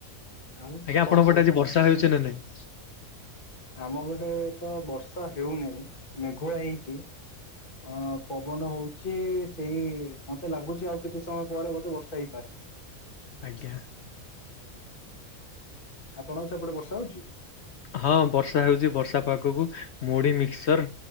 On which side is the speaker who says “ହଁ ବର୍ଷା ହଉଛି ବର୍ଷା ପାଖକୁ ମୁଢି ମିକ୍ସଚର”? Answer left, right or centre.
Left